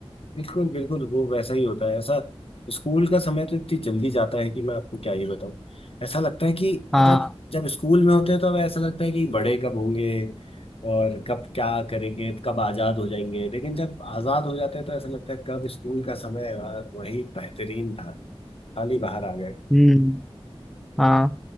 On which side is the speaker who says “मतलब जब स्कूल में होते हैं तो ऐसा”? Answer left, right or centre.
Left